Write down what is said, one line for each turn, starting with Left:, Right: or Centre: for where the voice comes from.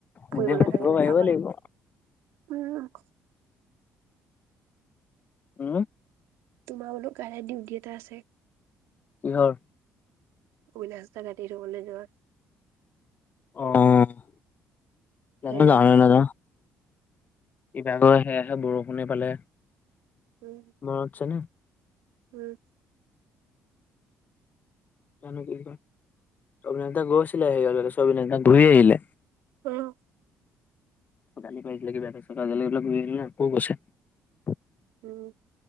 Right: ফুৰিবলৈ
Left: নিজে শুনিব
Right: থাকে নে
Left: পাৰিবই
Right: কাৰবাৰ
Left: লাগিব
Right: উম,
Left: উম,
Right: তোমাৰ বুলু কাইলে ডিউটি এটা আছে।
Left: কিহৰ?
Right: <unintelligible> ঘাটি ৰুবলৈ যোৱা।
Left: অ', <unintelligible>
Right: হয় নাই
Left: কিবা কৰে হেয়াহে বৰষুণে পালে,
Right: উম
Left: মনত আছে নে?
Right: উম,
Left: জানো কি কৰে, অভিনাশ দা গৈছিলে <unintelligible> ঘূৰি আহিলে।
Right: উম,
Left: গালি পাৰিছিলে কিবা এটা, তাৰ পিছত কাজিয়া লাগি পেলাই ঘূৰি আহিলে, আকৌ গৈছে।
Right: উম,